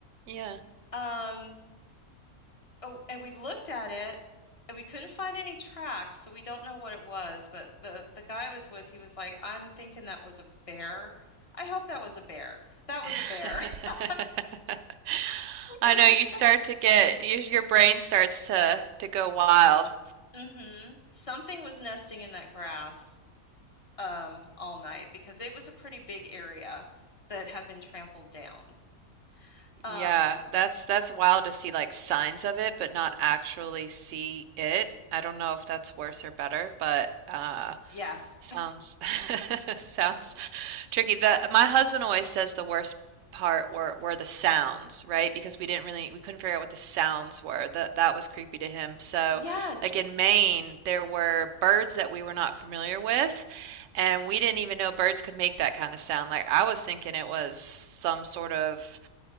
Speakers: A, on the right (about 70°); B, on the left (about 30°).
A: Yeah.
B: Um Oh, and we looked at it and we couldn't find any tracks, so we don't know what it was, but the the guy I was with, he was like, "I'm thinking that was a bear. I hope that was a bear. That was
A: <laughs>
B: a bear." <laughs>
A: I
B: And
A: know you start to get your your brain starts to to go wild.
B: then hmm something was nesting in that grass um all night because it was a pretty big area that had been trampled down. Um,
A: Yeah, that's that's wild to see like signs of it, but not actually see it. I don't know if that's worse or better, but uh
B: yes.
A: Sounds
B: <laughs>
A: <laughs> sounds tricky. The my husband always says the worst part were were the sounds, right? Because we didn't really we couldn't figure out what the sounds were. That that was creepy to him. So,
B: Yes.
A: like in Maine, there were birds that we were not familiar with, and we didn't even know birds could make that kind of sound. Like I was thinking it was some sort of